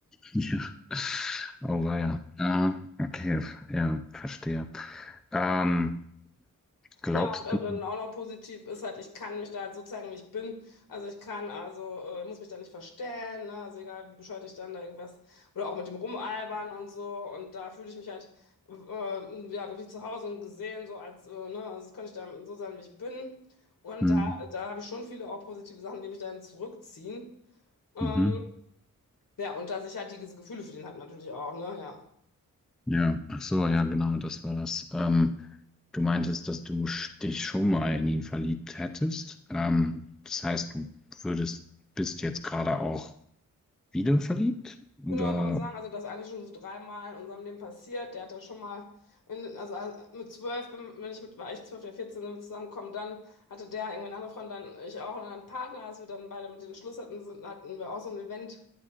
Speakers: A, in the centre; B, on the left.
A: <laughs> ja. Oh, weia. Ja, okay, f- ja, verstehe. Ähm, glaubst
B: Ja, und, und
A: du,
B: dann auch noch positiv ist halt, ich kann mich da halt so zeigen, wie ich bin. Also ich kann, also äh, muss mich da nicht verstellen, ne? Also egal, wie bescheuert ich dann da irgendwas oder auch mit dem Rumalbern und so. Und da fühle ich mich halt äh, ja wirklich zu Hause und gesehen, so als, äh, ne? Also das kann ich dann so sein, wie ich bin. Und
A: hm,
B: da, da habe ich schon viele auch positive Sachen, die mich dann zurückziehen. Ähm,
A: mhm,
B: ja, und dass ich halt diese Gefühle für den hat natürlich auch, ne? Ja.
A: ja, ach so, ja, genau, das war das. Ähm, Du meintest, dass du sch- dich schon mal in ihn verliebt hättest. Ähm, das heißt, du würdest, bist jetzt gerade auch wieder verliebt? Oder?
B: Genau, kann man sagen, also das ist eigentlich schon so dreimal in unserem Leben passiert. Der hat da schon mal, in, also äh, mit zwölf, bin, bin ich mit, war ich zwölf, der 14 sind wir zusammengekommen. Dann hatte der irgendwie eine andere Freundin, dann ich auch einen anderen Partner. Als wir dann beide mit den Schluss hatten, sind, hatten wir auch so ein Event.